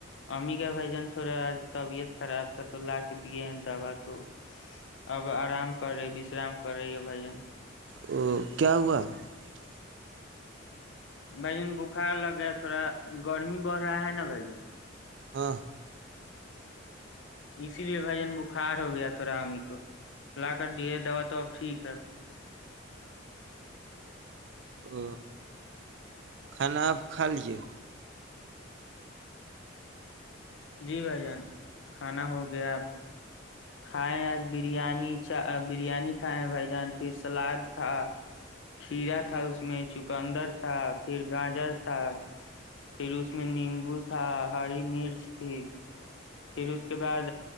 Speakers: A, on the left; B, on the right.
A: <inaudible> ام کا بھائی جان تھوڑا آج طبیعت خراب تھا تو لا کے دیے ہیں دوا تو اب آرام کر رہے وشرام کر رہی ہے بھائی
B: او کیا ہوا <unintelligible>
A: بھ جن بخار لگےیا تھوڑا گرمی بڑھ رہا ہے نا بھ جن
B: ہاں
A: اسی لیے بھائی جان بخار ہو گیا تھڑا ااممی کو للا کر دی ہے دوا تو اب ٹھیک ہ <inaudible>
B: او کھانا آپ کھا لے
A: جی بھائی جان کھانا ہو گیا کھائے آج بریانی چ بریانی کھائے بھائی جان پھر سلاد تھا کھیرا تھا اس میں چکندر تھا پھر گاجر تھا پھر اس میں نیمبو تھا ہری مرچ کچھ یک <unintelligible> پھر اس کے بعد